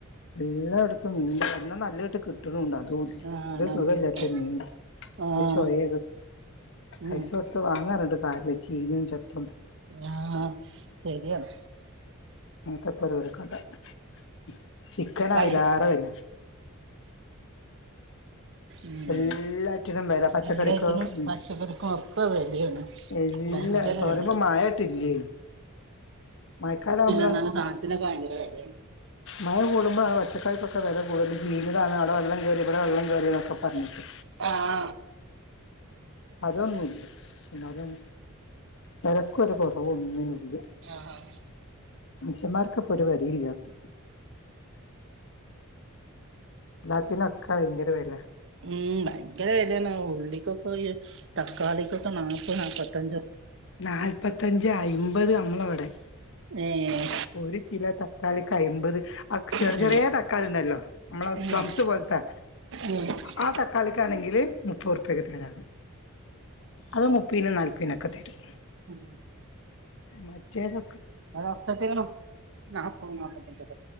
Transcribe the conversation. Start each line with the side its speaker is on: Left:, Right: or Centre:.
Left: എല്ലായിടത്തും മീൻ തന്നെ എന്നാൽ നല്ലായിട്ട് കിട്ടും കിട്ട്ണ്ട്ടോഅതും
Right: ആഹ്
Left: ഇല്ലസുഖല്ലാത്ത
Right: നല്ല കിട്ടും
Left: മീൻ
Right: ആഹ്
Left: ചൊയ പൈസ
Right: ഉം
Left: കൊടുത്ത് വാങ്ങാറുണ്ട് പാർ ചിഞതും ചപ്പ്
Right: ആഹ് ശരിയാണ് <inaudible>
Left: അത്തെൊക്കെരു കഥചിക്കൻഅതിലെ
Right: കഴി
Left: റെ വില
Right: മ്
Left: എല്ലാറ്റിനും വില പച്ചക്കറിക്കോ
Right: എല്ലാത്തിനും
Left: ഉം
Right: പച്ചക്കറിക്കും ഒക്കെ വെലയാണ്,
Left: എല്ലാ
Right: ഭയങ്കര
Left: ഇപ്പൊ
Right: വെല.
Left: പറയുമ്പോ മഴയായിട്ടില്ലേനു മഴക്കാലം ആവുമ്പളാ
Right: എന്നാലും
Left: <unintelligible>
Right: സാധനത്തിനൊക്കെ ഭയങ്കര വിലയാണ്
Left: മഴ കൂടുമ്പഴാണ് പച്ചക്കറിക്ക് ഒക് ഒക്കെ വില കൂടുതൽ ചിഞ്ഞത് ആണ്, അവടെ വെള്ളം കേറി ഇവിടെ വെള്ളം കേറി എന്നൊക്കെ പറഞ്ഞിട്ട്
Right: ആഹ് ആഹ്
Left: അതൊന്നുല്ല എന്നാലും വെലക്കൊരു കൊറവും ഒന്നിനുല്ല.
Right: ആഹ ഹ്
Left: മനുഷ്യമ്മാർക്ക്പ്പൊ ഒരു വെലയില്ല്യാത്ത് നത്തിന് ഒക്കെ വയങ്കര <unintelligible>
Right: ഉം ഭയങ്കര വെലെണ് ഉള്ളികൊക്കെ തക്കാളികൊക്കെ നാപത് നാപത്തഞ്ച്
Left: നാൽപത്തഞ്ച് അയ്മ്പത് അമ്പത് മ്മളവിടെ
Right: ഏഹ്
Left: ഒരു കിലോ തക്കാളിക്ക് അയ്മ്പത് അക് ചെറി
Right: ഉം
Left: ചെറേ തക്കാളിണ്ടല്ലൊ. മ്മളെ
Right: ഉം
Left: പ്ലംസ് പോലത്തെ
Right: ഉം
Left: ആ തക്കാളിക്കാണെങ്കില് മുപ്പോറ്പ്യ പേക്ക്തരാന്ന് അത് മുപ്പീനും നാൽപ പ്പീനക്കെതരും
Right: ആ
Left: മറ്റേസം
Right: അതൊക്കത്തീനും ന്നാപ്പോം നാപ്പത്തഞ്ചും